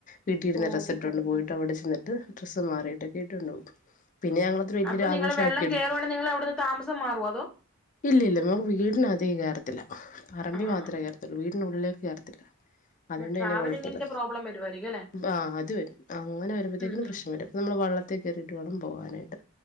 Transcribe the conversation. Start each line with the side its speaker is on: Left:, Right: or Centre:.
Left: വീട്ടിടുന്ന
Centre: ഓഹ്
Left: ഡ്രെസ്സിട്ടോണ്ട്
Centre: ഓഹ്
Left: പോയിട്ട് അവടെ ചെന്നിട്ട് ഡ്രസ്സ് മാറിയിട്ടൊക്കെ ട്ടുണ്ടോം പിന്നെ ഞങ്ങളത്ര വെല്യരു
Centre: അപ്പൊ
Left: ആഘോഷാക്കിയെടുക്കും
Centre: നിങ്ങള് വെള്ളം കേറുവാണെ നിങ്ങള് അവിടുന്ന് താമസം മാറുവോ അതോ
Left: ഇല്ലില്ല നമ്ക്ക് വീടിനാത്തേക്ക് കേറത്തില്ല പറമ്പി
Centre: ആ ആ
Left: മാത്രെ
Centre: ആ
Left: കേറത്തുള്ളൂ വീടിനുള്ളിലേക്ക് കേറത്തില്ല അതുകൊണ്ട്
Centre: ട്രാവലിങ്ങിന്റെ
Left: പിന്നെ കൊഴപ്പല്ല
Centre: പ്രോബ്ലം വരുവായിരിക്കും അല്ലെ
Left: ആഹ് അത് വെരും അങ്ങനെ വരുമ്പോഴത്തേക്കിനും
Centre: ഉം ഉം
Left: പ്രശ്നം വെരും നമ്മള് വള്ളത്തി കേറിട്ട് വേണം പോവാനായിട്ട്